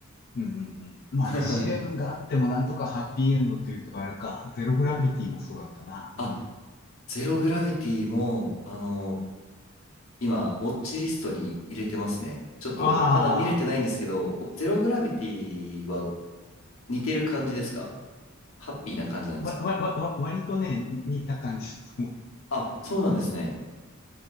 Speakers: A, on the left; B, on the left.
A: うん、うん、まあ、
B: <laughs>
A: 試練があってもなんとかハッピーエンドっていうとあれか、ゼログラビティもそうだったな、
B: あ、
A: うん。
B: ゼログラビティも、あの、今、ウォッチリストに入れてますね。ちょっと、
A: あ
B: まだ見れてないんですけど、おゼログラビティは似てる感じですかハッピーな感じなんですか
A: あ、わ、わ、わ、わ割とね、似た感じだと思
B: あ、そうなんですね。